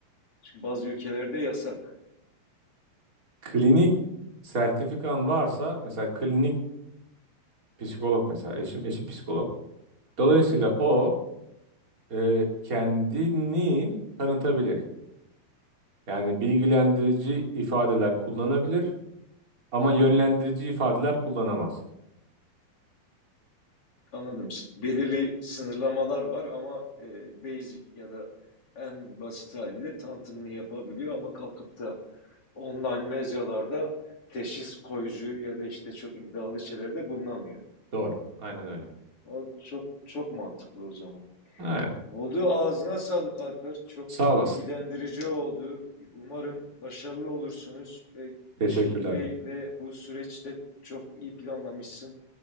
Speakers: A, on the left; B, on the right.
A: Çünkü bazı ülkelerde yasak.
B: klinik sertifikan varsa mesela klinik psikolog mesela eşim eşim psikolog. Dolayısıyla
A: Hı hı,
B: o e, kendini tanıtabilir. Yani bilgilendirici ifadeler kullanabilir ama yönlendirici
A: hı hı.
B: ifadeler kullanamaz.
A: Anladım. Belirli sınırlamalar var ama e, basic ya da en basit haliyle tanıtımını yapabiliyor ama kalkıp da online mecralarda teşhis koyucu ya da işte çok iddialı şeylerde bulunamıyor.
B: Doğru. Aynen öyle.
A: O çok çok mantıklı o zaman.
B: Aynen.
A: Oldu. Ağzına sağlık Alper. Çok
B: Sağ olasın.
A: bilgilendirici oldu. Umarım başarılı olursunuz. E,
B: Teşekkürler.
A: iş fikri ve bu süreçte çok iyi planlamışsın.